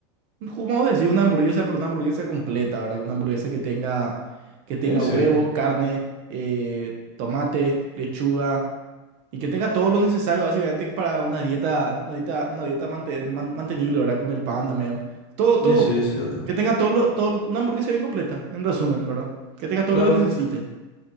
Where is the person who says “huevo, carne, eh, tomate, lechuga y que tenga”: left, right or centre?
Right